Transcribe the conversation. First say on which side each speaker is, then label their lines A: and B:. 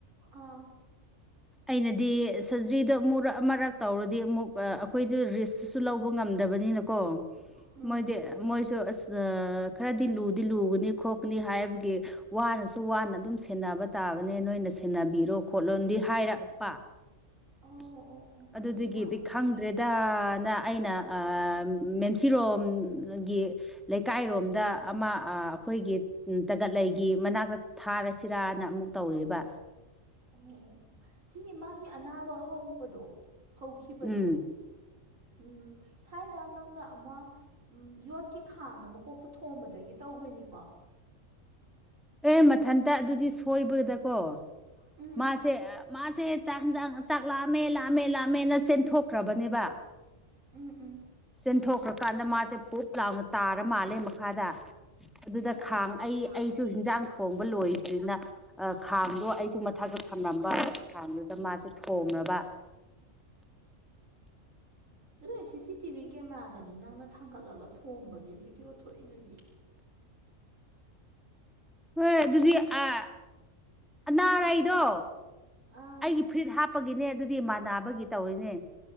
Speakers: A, on the right (about 75°); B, in the centre.
A: ꯑꯥ
B: ꯑꯩꯅꯗꯤ ꯁꯔꯖꯔꯤ ꯗꯣ ꯑꯃꯨꯛꯔꯥꯛ ꯑꯃꯔꯛ ꯇꯧꯔꯗꯤ ꯑꯃꯨꯛ ꯑꯈꯣꯏꯗꯤ ꯔꯤꯁꯇꯨꯁꯨ ꯂꯧꯕ ꯉꯝꯗꯕꯅꯤꯅꯀꯣ
A: ꯎꯝ
B: ꯃꯣꯏꯗꯤ
A: ꯎꯝ
B: ꯃꯣꯏꯁꯨ ꯑꯁ ꯈꯔꯗꯤ ꯂꯨꯗꯤ ꯂꯨꯒꯅꯤ ꯈꯣꯠꯀꯅꯤ ꯍꯥꯏꯕꯒꯤ ꯋꯥꯅꯁꯨ ꯇꯨ ꯋꯥꯅ ꯑꯗꯨꯝ ꯁꯦꯟꯅꯕ ꯇꯥꯕꯅꯦ ꯅꯣꯏꯅ ꯁꯦꯟꯅꯕꯤꯔꯣ ꯈꯣꯠꯂꯣꯗꯤ ꯍꯥꯏꯔꯛꯄ
A: ꯑꯣ
B: <inaudible>
A: ꯑꯣ ꯑꯣ
B: ꯑꯗꯨꯗꯒꯤꯗꯤ
A: ꯑꯁ ꯅꯨꯡꯉꯥꯏꯇꯦꯅꯦ
B: ꯈꯪꯗ꯭ꯔꯦꯗꯅ ꯑꯩꯅ ꯃꯦꯟꯁꯤꯔꯣꯝ ꯒꯤ ꯂꯩꯀꯥꯏꯔꯣꯝꯗ ꯑꯃ ꯑꯈꯣꯏꯒꯤ ꯇꯒꯠꯂꯩꯒꯤ ꯃꯅꯥꯛꯇ ꯊꯥꯔꯁꯤꯔꯥ ꯍꯅ ꯑꯃꯨꯛ ꯇꯧꯔꯤꯕ
A: ꯑꯣ ꯑꯣ ꯑꯣ ꯁꯤꯒꯤ ꯃꯥꯒꯤ ꯑꯅꯥꯕ ꯍꯧꯕꯗꯣ ꯍꯧꯈꯤꯕꯗꯣ
B: ꯎꯝ
A: ꯎꯝ ꯊꯥꯏꯅ ꯅꯪꯅ ꯑꯃ ꯌꯣꯠꯀꯤ ꯈꯥꯡꯗꯣ ꯃꯀꯣꯛꯇ ꯊꯣꯝꯕꯗꯒꯤ ꯇꯧꯈ꯭ꯔꯤꯅꯤꯀꯣ
B: ꯑꯦ ꯃꯊꯟꯇ ꯑꯗꯨꯗꯤ ꯁꯣꯏꯕꯗꯀꯣ
A: ꯎꯝ
B: ꯃꯥꯁꯦ
A: ꯎꯝ
B: ꯃꯥꯁꯦ ꯆꯥꯛꯖꯥꯡ ꯆꯥꯛ ꯂꯥꯝꯃꯦ ꯂꯥꯝꯃꯦ ꯂꯥꯝꯃꯦꯅ ꯆꯦꯟꯊꯣꯛꯈ꯭ꯔꯕꯅꯦꯕ
A: ꯎꯝ ꯎꯝ
B: ꯆꯦꯟꯊꯣꯛꯈ꯭ꯔꯀꯥꯟꯗ ꯃꯥꯁꯦ ꯄꯨꯞ ꯂꯥꯎꯅ ꯇꯥꯔ ꯃꯥꯜꯂꯦ ꯃꯈꯥꯗ ꯑꯗꯨꯗ
A: ꯑꯥ
B: ꯈꯥꯡ
A: ꯑꯥ ꯑꯥ
B: ꯑꯩ ꯑꯩꯁꯨ ꯍꯤꯟ ꯊꯣꯡꯕ ꯂꯣꯏꯗ꯭ꯔꯤꯅ ꯈꯥꯡꯗꯣ ꯑꯩꯁꯨ ꯃꯊꯛꯇ ꯊꯝꯂꯝꯕ ꯈꯥꯡꯗꯨꯗ ꯃꯥꯁꯦ ꯊꯣꯝ ꯃꯕ
A: ꯑꯗꯨ ꯅꯣꯏ ꯁꯤꯁꯤ ꯇꯤꯕꯤ ꯀꯦꯃꯦꯔꯥꯗꯗꯤ ꯅꯪꯅ ꯊꯥꯡꯒꯠꯂꯒ ꯊꯣꯝꯕꯒꯤ ꯚꯤꯗꯤꯑꯣ ꯊꯣꯛꯏꯗꯨꯗꯤ
B: ꯍꯣꯏ ꯑꯗꯨꯗꯤ ꯑ ꯑꯅꯥꯔꯥꯏꯗꯣ
A: ꯑꯥ
B: ꯑꯩꯒꯤ ꯐꯨꯔꯤꯠ ꯍꯥꯞꯄꯒꯤꯅꯦ ꯑꯗꯨꯗꯤ ꯃꯥꯟꯅꯕꯒꯤ ꯇꯧꯔꯤꯅꯦ